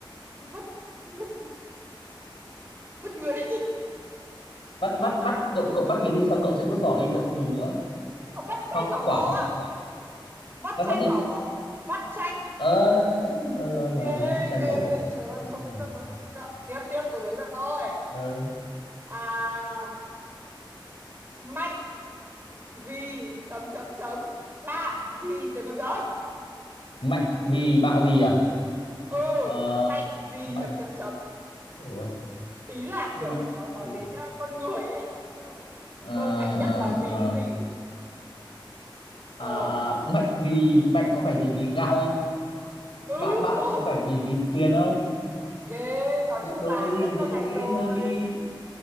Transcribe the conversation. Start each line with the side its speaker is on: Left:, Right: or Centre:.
Right: vứt vứt vứt người <laughs>
Left: vắt vắt
Right: vứt
Left: vắt cậu cậu vắt cái gì xong cậu sẽ vứt vỏ đi cậu không dùng nữa
Right: vắt chanh
Left: hoa
Right: bỏ
Left: quả
Right: bó
Left: hoa
Right: ạ
Left: quả
Right: vắt
Left: vắt
Right: chanh
Left: vắt gì
Right: bỏ bó vắt chanh
Left: ờ đấy rồi rồi rồi
Right: ghê
Left: vắt chanh
Right: ghê
Left: vào vỏ
Right: ghê trời ơi thông minh
Left: Ừ.
Right: quá tôi thông minh quá tiếp tiếp tôi đến là tôi
Left: ờ,
Right: à mạnh vì chấm chấm chấm bạn vì chấm chấm chấm
Left: mạnh vì bạo vì à
Right: ừ
Left: ờ,
Right: mạnh vì
Left: mạnh
Right: chấm chấm chấm
Left: Ủa,
Right: ý là
Left: mạnh
Right: kiểu nó nói
Left: vì
Right: đến ờ, con người ấy kiểu
Left: ờ,
Right: tôi mạnh nhất
Left: ờ,
Right: là vì
Left: ờ.
Right: cái gì ờ
Left: À, à, mạnh vì mạnh có phải vì vì gạo không
Right: ừ
Left: bạo bạo
Right: đúng
Left: có phải vì vì tiền không
Right: Ghê, nói
Left: đố
Right: chung
Left: đố
Right: là
Left: cái gì
Right: biết câu
Left: dễ
Right: này
Left: dễ
Right: rồi.
Left: hơn đi